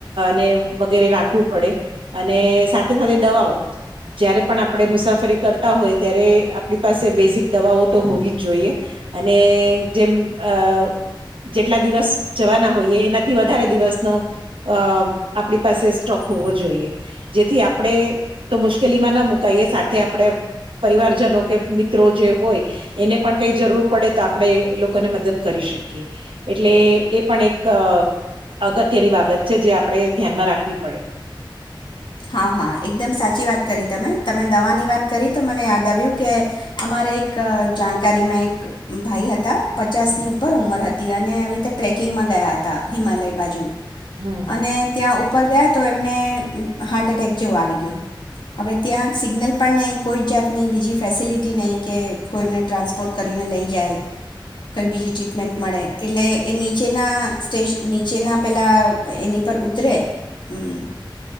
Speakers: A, on the right; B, on the left.
A: ને વગેરે રાખવું પડે અને સાથે સાથે દવાઓ જ્યારે પણ આપણે મુસાફરી કરતા હોય ત્યારે આપણી પાસે બેઝિક દવાઓ તો હોવી જ જોઈએ. અને જેમ અ જેટલા દિવસ જવાના હોઈએ એનાથી વધારે દિવસનો અ આપણી પાસે સ્ટોક હોવો જોઈએ. જેથી આપણે તો મુશ્કેલીમાં ન મુક મુકાઇએ સાથે આપણે પરિવારજનો કે મિત્રો જે હોય એને પણ કઈ જરૂર પડે તો આપણે એ લોકોને મદદ કરી શકીએ એટલે એ પણ એક અગત્યની બાબત છે જે આપણે ધ્યાનમાં રાખવી પડે.
B: હા હા એકદમ સાચી વાત કરી તમે તમે દવાની વાત કરી તો મને યાદ આવ્યું કે અમારે એક જાણકારીમાં એક ભાઈ હતા. પચાસની
A: હમ
B: ઉપર ઉંમર હત તી અને આવી રીતે ટ્રેકિંગમાં ગયા હતા હિમાલય બાજુ
A: હમ
B: અને ત્યાં ઉપ ઉપર ગયા તો એમને હાર્ટ એટેક જેવો આવી ગયો. હવે ત્યાં સિગ્નલ પણ નહીં કોઈ જ જાતની બીજી ફેસિલિટી નહીં કે કોઈ એમને ટ્રાન્સપોર્ટ કરીને લઈ જાય કંઈ બીજી ટ્રીટમેન્ટ મળે એટલે એ નીચેના સ્ટેશ નીચેના પહેલાં એની પર ઉતરે અમ